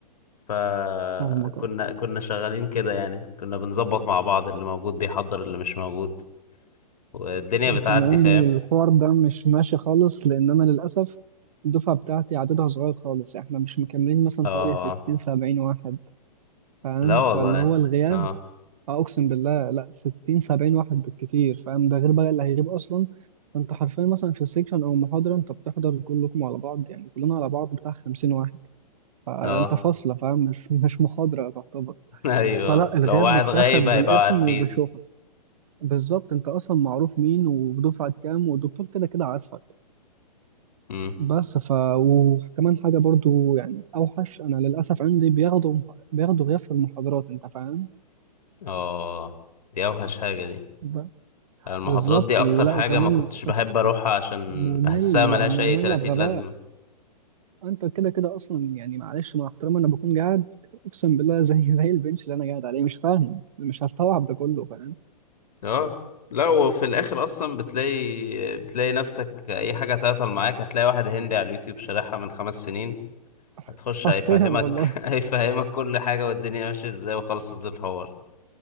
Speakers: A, on the left; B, on the right.
A: فكنا
B: فاهمك
A: كنا شغالين كده يعني كنا بنظبط مع بعض اللي موجود بيحضر اللي مش موجود والدنيا
B: أنا
A: بتعدي
B: كان عندي
A: فاهم
B: الحوار ده مش ماشي خالص لأن أنا للأسف الدفعة بتاعتي عددها صغير خالص إحنا مش مكملين مثلا
A: اه
B: حوالي ستين سبعين واحد فاهم
A: لا والله
B: فاللي هو الغياب
A: اه
B: آه، أقسم بالله لأ ستين سبعين واحد بالكتير فاهم ده غير بقى اللي هيغيب أصلا فأنت حرفيا مثلا في سيكشن أو محاضرة أنت بتحضر كلكم على بعض يعني كلنا على بعض بتاع خمسين واحد فأنت
A: اه
B: فاصلة فاهم مش مش محاضرة تعتبر
A: <laughs> ايوه
B: فلا
A: لو
B: الغياب
A: واحد
B: بيتاخد
A: غايب هيبقوا
B: بالاسم
A: عارفين
B: وبيشوفك بالظبط انت اصلا معروف مين ودفعة كام والدكتور كده كده عارفك
A: امم
B: بس ف وكمان حاجة برضو يعني أوحش أنا للأسف عندي بياخدوا بياخدوا غياب في المحاضرات أنت فاهم
A: اه دي اوحش حاجة دي
B: ب-
A: المحاضرات
B: بالظبط
A: دي اكتر
B: ولا
A: حاجة
B: وكمان
A: ما كنتش
B: السك
A: بحب اروحها عشان
B: مملة
A: بحسها ملهاش
B: مملة
A: اي 30
B: بغباء
A: لازمة
B: أنت كده كده أصلا يعني معلش مع احترامي أنا بكون قاعد أقسم بالله <laughs> زي زي البنش اللي أنا قاعد عليه مش فاهم مش هستوعب ده كله فاهم
A: اه لا وفي الاخر اصلا بتلاقي بتلاقي نفسك اي حاجه تعطل معاك هتلاقي واحد هندي على اليوتيوب شارحها من خمس سنين هتخش
B: <laughs> حرفيا
A: هيفهمك
B: والله
A: <laughs> هيفهمك كل حاجه والدنيا ماشيه ازاي وخلصت الحوار